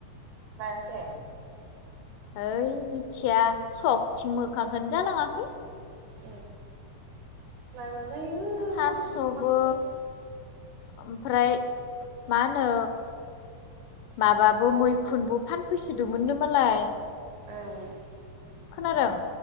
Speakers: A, on the right (about 65°); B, on the left (about 80°).
A: बायासे?
B: होइ मिथिया सखथिं मोखांखोनो जालाङाखै।
A: ओं लायबानो जायो
B: थास'बो
A: थास' बिबार ओंखारसोदों।
B: ओमफ्राय मा होनो माबाबो मैखुनबो फानफैसोदोंमोननो मालाय।
A: ओं
B: खोनादों?